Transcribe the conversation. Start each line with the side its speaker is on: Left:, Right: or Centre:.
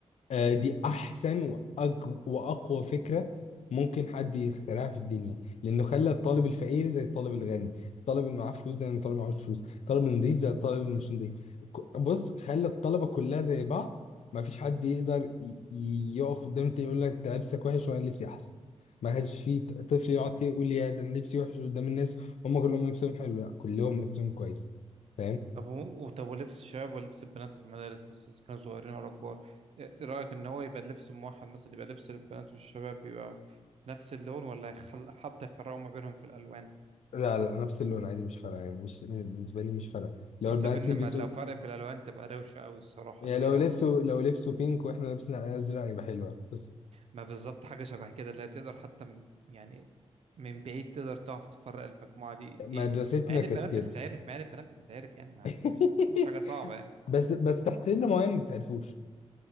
Left: آه، دي احسن وأج... واقوى فكره ممكن حد يخترعها في الدنيا لانه خلى الطالب الفقير زي الطالب الغني الطالب اللي معاه فلوس زي الطالب اللي معهوش فلوس الطالب النظيف زي الطالب اللي مش نظيف ك- بص خلى الطلبه كلها زي بعض ما فيش حد يقدر ي... ي- يقف قدام التاني يقول لك انت لبسك وحش وانا لبسي احسن ما كانش في ط- طفل يقعد كده يقول يا ده انا لبسي وحش قدام الناس هم كلهم لبسهم حلو لا كلهم لبسهم كويس فاهم
Right: طب و- طب ولبس الشباب ولبس البنات في المدارس مثلا إذا كانوا صغيرين ولا كبار ايه إيه رأيك ان هو يبقى اللبس الموحد مثلا يبقى لبس البنات والشباب يبقى نفس اللون ولا يخل... حتى يفرقوا ما بينهم في الألوان
Left: لا لا نفس اللون عادي مش فارقه يعني مش بالنسبه لي مش فارقه لو
Right: أنا
Left: البنات
Right: شايف ان
Left: يلبسوا
Right: ما- لو فرق في الالوان تبقى روشه قوي الصراحه
Left: يعني
Right: اللي
Left: لو
Right: هي
Left: لبسوا لو لبسوا بينك واحنا لابسين علينا ازرق هيبقى حلوه بس
Right: ما بالظبط حاجه شبه كده اللي هي تقدر حتى م- يعني من بعيد تقدر تعرف تفرق المجموعه دي
Left: مدرستنا
Right: ايه مع ان
Left: كانت
Right: البنات
Left: كده
Right: بتتعرف مع ان البنات بتتعرف يعني ما
Left: <laughs>
Right: دي مش دي مش حاجه صعبه يعني
Left: بس بس تحت سن معين ما تعرفوش